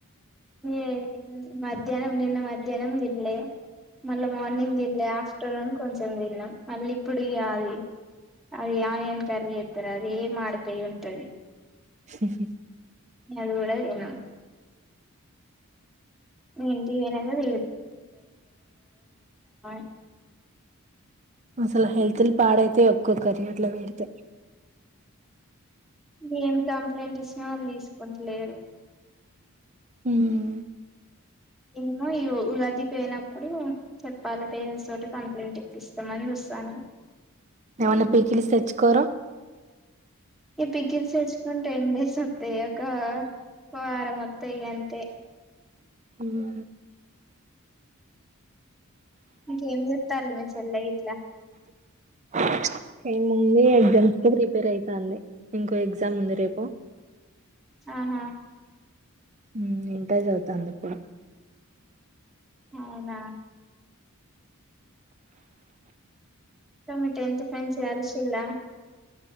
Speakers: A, in the centre; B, on the right.
A: ఏ మధ్యాహ్నం నిన్న మధ్యాహ్నం తిన్లే మళ్ళా మార్నింగ్ తినలే, ఆఫ్టర్నూన్ కొంచెం తిన్నాం మళ్ళీ ఇప్పుడు ఇయ్యాల అది ఆనియన్ కర్రీ చేత్తారు అది మాడిపోయి ఉంటది
B: స స
A: ఇంక అది కూడా అంతేనా ఏం చేయలేదని <unintelligible>
B: అసలు హెల్తులు పాడయితాయ్ ఎక్కువ కర్రి అట్ల పెడితే
A: మేము కంప్లైంట్ ఇచ్చినా వాళ్ళు తీసుకుంటలేరు
B: మ్మ్
A: <unintelligible> అది పోయినప్పుడు చెప్పాలి పేరెంట్స్ తోటి కంప్లైంట్ ఇప్పిస్తామని చూస్తన్నం
B: ఏమన్నా పికిల్స్ తెచ్చుకోరో
A: ఈ పిక్కిల్స్ తెచ్చుకుంటే టెన్ డేస్ వస్తాయి ఒక వారం ఒత్తయ్ ఇగ అంతే
B: మ్మ్
A: ఇంకేం చేత్తన్నావ్ మీ చెల్ల ఇంట్లో
B: అ ఏముంది ఎగ్జామ్స్ కు ప్రిపేర్ అవుతాంది ఇంకో ఎగ్జామ్ ఉంది రేపు
A: ఆహా
B: మ్మ్ ఇంటర్ చదువుతాంది ఇప్పుడు
A: అవునా మీ టెన్త్ ఫ్రెండ్స్ కలిసిండా